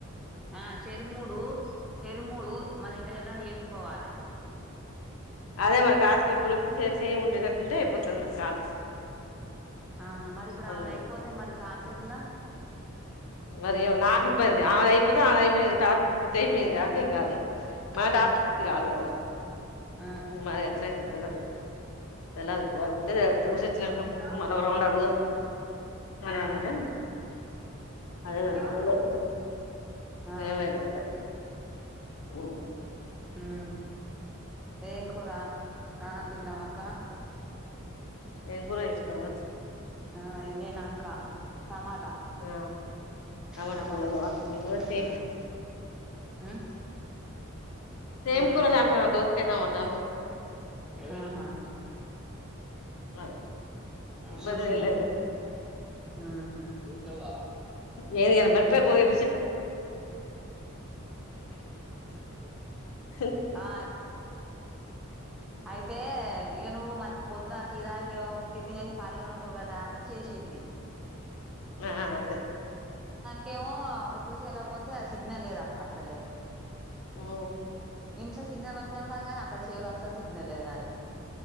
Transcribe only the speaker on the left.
అదె మరి టాస్క్ అయిపోయే లోపల చే చేయి ఉండేటట్టు ఉంటే అయిపోతుంది మనకి కాల్స్
అందుకు
మరేమో నాకు ఇబ్బంది ఆమెది అయిపోతే ఆమె అయిపోయింది టాస్క్ పూర్తి అయిపోయింది కాబట్టి ఎం కాదు మన
టాస్క్ పూర్తి కాలే మరి
మరి ఎట్లాయితది తెల్వది తెలదు వాళ్ళు <unintelligible> ఉసోచ్చినంక
మల్ల ఒక రౌండ్ అడుగుదాం అన్
అంక అదే
<unintelligible>
ఏమైతుందో ఉ
ఏం కూర చేసినావు
ఆ టమాట
కూర ఒండినవా
నేన్ గుర చే
సేమ్
కూరలు అంటవని దోస్కయి టమాట అంటు
అదే ఇబ్బంది
ఏం లేదుగా
నెన్ ఇయల మేరపకాయ <unintelligible>
ఆ అదే
ఉ